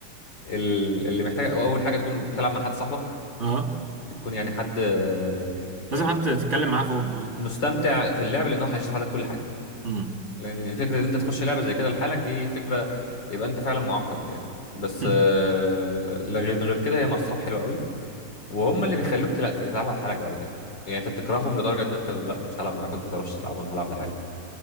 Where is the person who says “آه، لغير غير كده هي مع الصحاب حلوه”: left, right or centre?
Left